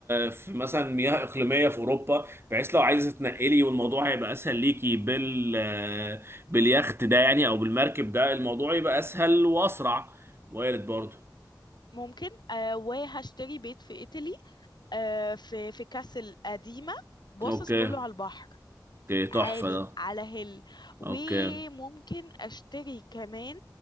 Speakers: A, on the right; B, on the left.
A: في مثلا مياه اقليميه في اوروبا بحيث لو عايزه تنقلي والموضوع هيبقى اسهل ليكي بال باليخت ده يعني او بالمركب ده الموضوع يبقى اسهل واسرع وارد برضه
B: ممكن آه، وهشتري بيت في ايطالي آه، في في كاسل قديمة باصص
A: اوكي
B: كله على البحر
A: اوكي تحفه
B: عالي
A: ده
B: على هيل وممكن
A: اوكي
B: اشتري كمان